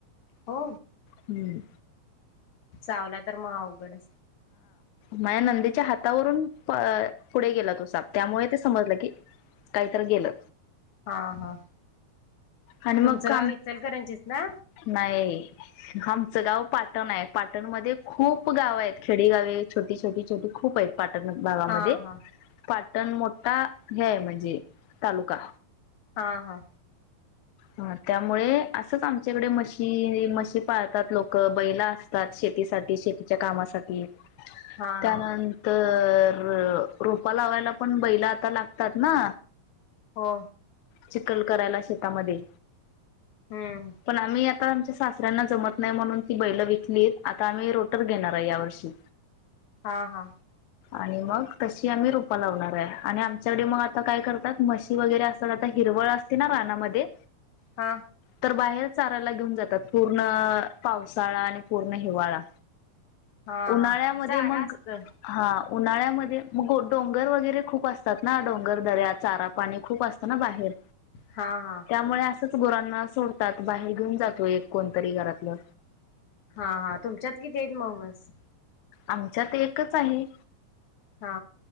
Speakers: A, on the left; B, on the left.
A: हो.
B: हम्.
A: चावला तर मग अवघड.
B: माया नंदीच्या हातावरून पुढे गेला तो साप त्यामुळे ते समजलं की काहीत गेलं.
A: हा हा.
B: आणि मग
A: तुमचं
B: काम
A: गाव इचलकरंजीच ना
B: नाही. चं गाव पाटण आहे पाटणमध्येध्ये खूप गावं आहेत खेडे गावे छोटी छोटी छोटी खूप आहेत. पाटक भागामध्ये
A: हा हा
B: पा पण मोठा हे आहे म्हणजे तालुका
A: हा हा.
B: ह त्यामुळे असंच आमच्याकडे मशी मशी पाळतात लोक बैला असतात शेतीसाठी शेतीच्या कामासाठी
A: हा
B: त्यानंतर
A: हा
B: रोपा लावायला पण बैला लागतात ना
A: हो
B: चिकल करायला. मध्ये
A: हम्म
B: पण आम्ही आता आमच्या सासऱ्यांना जमत. नाही म्हणून ती बैल विकली आता आम्ही रोटर घेणार आहे या वर्षी.
A: हा हा.
B: आणि मग तशी आम्ही रुपा लावणार आहे आणि आमच्याकडे मग आता काय करतात म्हशी वगैरे असात आता हिरवळ असते ना रानामध्ये
A: हा.
B: तर बाहेर चारायला घेऊन जातात पूर्ण पावसाळा आणि पूर्ण हिवाळा
A: हा
B: उन्हाळ्यामध्ये
A: हा चारा
B: मग
A: असत
B: हा उन्हाळ्यामध्ये मग डोंगर वगैरे खूप असतात ना डोंगर दर्यात चारा पाणी खूप असतना बाहेर
A: हा हा
B: त्यामुळे ोरांना सोडतात बाहेर घेऊन जातो एक कोणतरी घरातलं
A: हा हा तुमच्यात किती आहेत मग म्हस
B: आमच्यात एकच आहे
A: हा